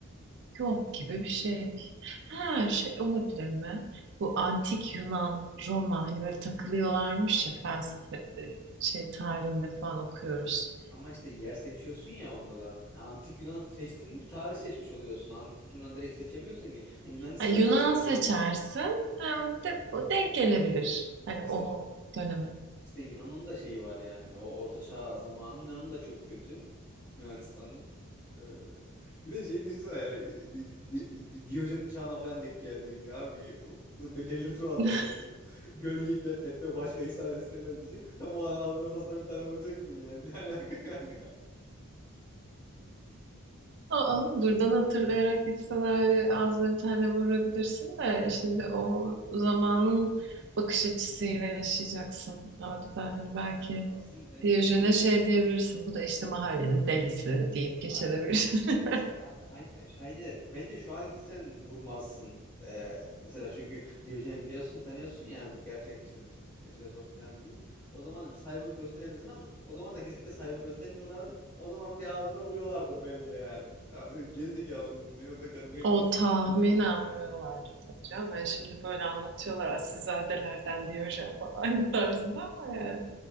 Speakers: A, on the right; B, on the left.
A: yok gibi bir şey. Ha şey olabilir mi? Bu antik Yunan, Roma hani böyle takılıyorlarmış ya felsefe e, şey tarihinde falan okuyoruz.
B: A- Ama işte yer seçiyorsun ya onda da. Ha, Antik Yunan seçtin mi bir tarih seçmiş oluyorsun. Antik Yunan direkt seçemiyorsun ki. Ha, Yunanistan'ı
A: Hani Yunan
B: seçebilirsin.
A: seçersin, ha, de, denk gelebilir. Hani
B: İşte
A: o döneme.
B: işte Yunan'ın da şeyi var yani. O Orta Çağ zamanı Yunan'ın da çok kötü. Yunanistan'ın. Ee, bir de şey düşünsene yani Di- Di- Di- Diyojen'in çağına falan denk geldiğini abi Be- delirtir o adam
A: <laughs>
B: beni. Gölge etme, etme başka ihsan istemez diyecek. Tam o an ağzının ortasından bir tane vuracaksın yani. <laughs> Ne alaka kanka?
A: Ama buradan hatırlayarak gitsen öyle ağzına bir tane vurabilirsin de şimdi o zamanın bakış açısıyla yaşayacaksın. Orada da hani belki
B: Asıl bence
A: Diyojen'e şey diyebilirsin. Bu da işte mahallenin delisi deyip geçebilirsin.
B: aynen İşte
A: <laughs>
B: a- aynı, aynı bence şu an gitsen vurmazsın. Ee, mesela çünkü Diyojen'i biliyorsun, tanıyorsun yani bu gerçek işte bir f- e, filozof falan diye. O zaman da bir saygı gösterebilirsin ama o zaman da kesinlikle saygı göstermiyorlardır. O zaman bir ağzına vuruyorlardır bence yani. Ya sen gerizekalı mısın? Ne kadar kadın
A: O
B: basit.
A: tahminen vuruyorlardı tabii canım. Yani şimdi böyle anlatıyorlar asilzadelerden Diyojen falan <laughs> tarzında ama yani